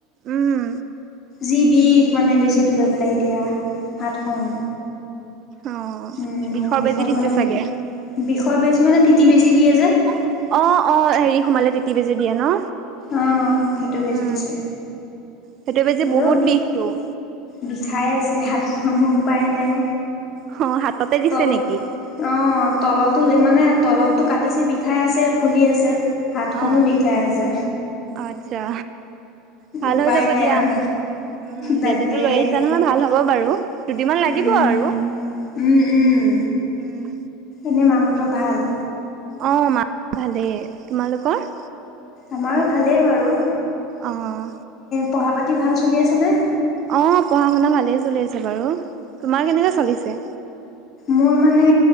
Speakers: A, on the right; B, on the left.
A: উম
B: জি বিষ মানে বেজিটো লৈ পেলাই এতিয়া হাতখন।
A: অ
B: উম
A: বিষৰ
B: বিষত
A: বেজি দিছে
B: মানে
A: চাগে?
B: বিষৰ বেজি মানে তিতি বেজি দিয়ে যে।
A: অঁ, অঁ, হেৰি সোমালে তিতি বেজী দিয়ে ন?
B: অঁ, সেইটো বেজি
A: উম
B: দিছে।
A: সেইটো বেজি
B: হ'লেও
A: বহুত
B: বি
A: বিষটো।
B: বিষাই আছে হাতখনো উপায় নাই।
A: অ হাততে দিছে
B: তল
A: নেকি?
B: অ তলতো। মানে তলতটো কাটিছে বিষাই আছে ফুলি আছে। হাতখনো
A: আহ
B: বিষাই আছে
A: আচ্ছা। ভাল
B: উপায়
A: হৈ যাব
B: নাই
A: দিয়া
B: আৰু
A: উম
B: তাকে।
A: বেজীটো লৈ আহিছা নহয় ভাল হ'ব বাৰু! দুদিনমান লাগিব
B: উম।
A: আৰু।
B: উম, উম।
A: উম
B: এনে মা হতৰ ভাল?
A: অ মা ভালেই, তোমালোকৰ?
B: আমাৰো ভালেই বাৰু।
A: অহ।
B: পঢ়া-পাতি ভাল চলি আছেনে?
A: অ' পঢ়া শুনা ভালেই চলি আছে বাৰু। তোমাৰ কেনেকুবা চলিছে?
B: মোৰ মানে